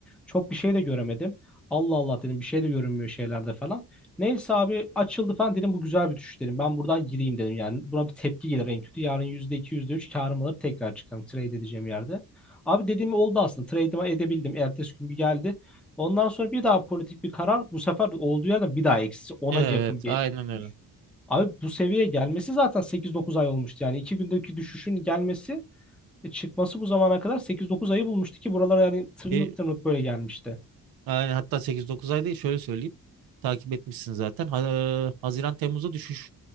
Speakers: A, in the centre; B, on the right.
A: Çok bir şey de göremedim. Allah Allah dedim bir şey de görünmüyor şeylerde falan. Neyse abi açıldı falan dedim bu güzel bir düşüş dedim. Ben buradan gireyim dedim yani. Buna bir tepki gelir en kötü. Yarın yüzde iki yüzde üç karım alır tekrar çıkarım trade edeceğim yerde. Abi dediğim oldu aslında. Trade'imi edebildim. Ertesi gün bir geldi. Ondan sonra bir daha politik bir karar. Bu sefer olduğu yerden bir daha eksi ona
B: Evet
A: yakın bir
B: aynen öyle.
A: Abi bu seviyeye gelmesi zaten sekiz dokuz ay olmuştu. Yani iki gündeki düşüşün gelmesi, e, çıkması bu zamana kadar sekiz dokuz ayı bulmuştu ki buralara yani tırnık
B: E,
A: tırnık böyle gelmişti.
B: Yani hatta sekiz dokuz ay değil şöyle söyleyeyim. Takip etmişsin zaten. Ha- Haziran Temmuz'da düşüş